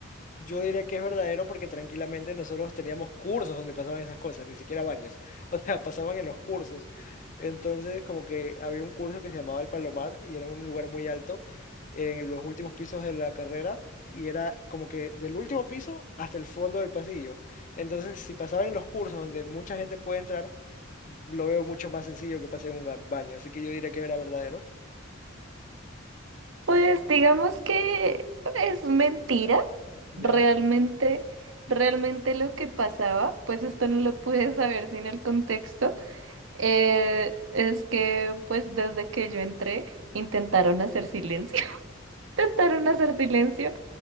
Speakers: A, on the left; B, on the right.
A: Yo diré que es verdadero porque tranquilamente nosotros teníamos cursos donde pasaban esas cosas, ni siquiera baños. <laughs> O sea, pasaban en los cursos. Entonces, como que había un curso que se llamaba El Palomar y era en un lugar muy alto en los últimos pisos de la carrera y era como que del último piso hasta el fondo del pasillo. Entonces, si pasaba en los cursos donde mucha gente puede entrar, lo veo mucho más sencillo que pase en un ga- baño. Así que yo diré que era verdadero.
B: Pues digamos que es mentira.
A: ¿Ya?
B: Realmente, realmente lo que pasaba, pues esto no lo pude saber sin el contexto, eh, es que pues desde que yo entré intentaron hacer silencio. <laughs> Intentaron hacer silencio